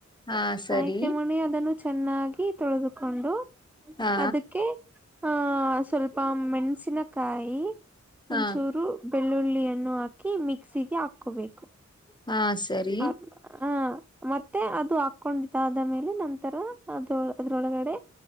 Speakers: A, on the left (about 15°); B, in the centre.
A: ಹಾ ಸರಿ
B: ಆಯ್ಕೆ ಮಾಡಿ ಅದನ್ನು ಚೆನ್ನಾಗಿ ತೊಳೆದುಕೊಂಡು
A: ಹಾ
B: ಅದಕ್ಕೆ ಆಹ ಸ್ವಲ್ಪ ಮೆಣಸಿನ ಕಾಯಿ
A: ಹಾ
B: ಒಂಚೂರು ಬೆಳ್ಳುಳ್ಳಿಯಣ್ಣು ಹಾಕ್ ಮಿಕ್ಸಿಗೆ ಆ ಹಕೋಬೇಕು
A: ಹಾ ಸರಿ
B: ಆ ಹ ಮತ್ತೆ ಮತ್ತೆ ಅದು ಹಾಕೊಂಡಿದ್ದ ಆದ ಮೇಲೆ ನಂತರ ಅದ ಅದ್ರೊಳಗಡೆ